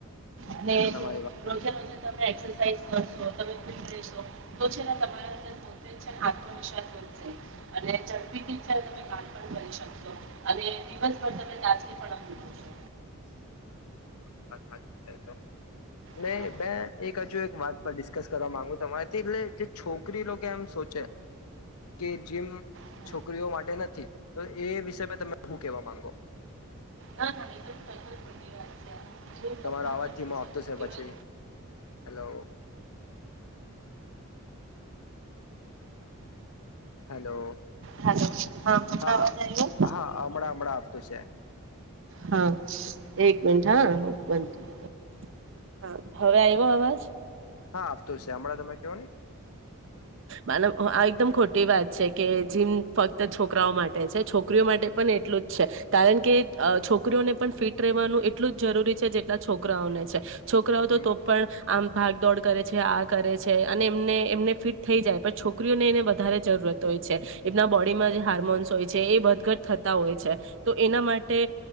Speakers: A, on the right (about 60°); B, on the left (about 90°).
A: અને
B: એ તો તમારી
A: જો
B: વાત
A: રોજે રોજે તમે એક્સરસાઇઝ કર તો તમે ફિટ રહેશો તો છે તમારા અંદર પોતે છે આત્મવિશ્વાસ વધશે અને ઝડપી થી છે તમે કામ પણ કરી શકશો અને દિવસભર તમે દાજગી પણ અનુભવશો.
B: તમારી વાત સાચી છે એ તો. ને
A: હા
B: બે એક ક જો એક વાત પર ડિસ્કસ કરવા માંગુ તમારીથી એટલે જે છોકરી લોકો એમ સોચે કે જીમ
A: હા
B: છોકરીઓ માટે નથી તો એ વિષ પર તમે શું કેવા માંગો?
A: ના ના એ તો તદ્દન ખોટી વાત છે જે બધા
B: તમારો
A: માટે
B: અવાજ ધીમો આપતો છે પછી.
A: ઇવન
B: હેલો. હેલો.
A: હાલો
B: હા
A: હમણાં અવાજ
B: હા
A: આવ્યો
B: હા હમણાં હમણાં આ શું છે?
A: હા એક મિનટ હા બંધ થવો દે. હા હવે આવ્યો અવાજ?
B: હા. તો શામળા તમે કેહો ને.
A: માનવ આ એકદમ ખોટી વાત છે કે જીમ ફક્ત છોકરાઓ માટે છે, છોકરીઓ માટે પણ એટલું જ છે. કારણ કે અહ છોકરીઓને પણ ફિટ રવાનું એટલું જ જરૂરી છે, જેટલા છોકરાઓને છે. છોકરાઓ
B: હમ
A: તો તો પણ આમ ભાગ દોડ કરે છે આગ કરે છે અને એમને એમને ફિટ થઈ જાય પણ છોકરીઓને એને વધારે જરૂરત હોય છે, એમના બોડીમાં જે હાર્મોન્સ હોય છે એ વધઘટ થતા હોય છે, તો એના માટે